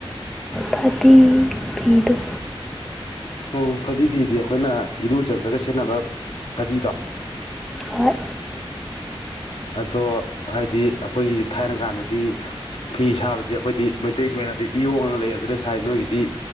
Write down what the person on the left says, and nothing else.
ꯑꯣ ꯐꯗꯤ ꯐꯤꯗꯤ ꯑꯩꯈꯣꯏꯅ ꯏꯔꯨꯖꯕꯗꯒ ꯁꯦꯠꯅꯕ ꯐꯗꯤꯗꯣ
ꯑꯗꯣ ꯍꯥꯏꯗꯤ ꯑꯩꯈꯣꯏꯒꯤꯗꯤ ꯊꯥꯏꯅ ꯀꯥꯟꯗꯗꯤ ꯐꯤ ꯁꯥꯕꯁꯦ ꯑꯩꯈꯣꯏꯗꯤ ꯃꯩꯇꯩꯒꯤ ꯑꯣꯏꯅꯗꯤ ꯏꯌꯣꯡꯉꯅ ꯂꯩ ꯑꯗꯨꯗ ꯁꯥꯏ ꯅꯣꯏꯒꯤꯗꯤ